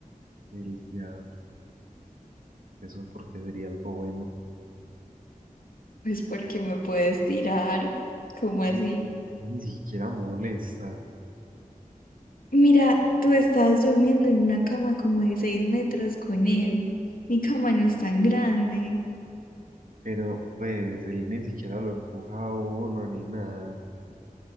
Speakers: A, on the right; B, on the left.
A: El diablo, eso porque sería algo bueno.
B: Pues porque me puedes tirar. ¿Cómo así?
A: Eh, que ni siquiera molesta,
B: Mira, tú estás durmiendo en una cama como de seis metros con él. Mi cama no es tan grande.
A: pero pues él ni siquiera lo empuja a uno ni nada.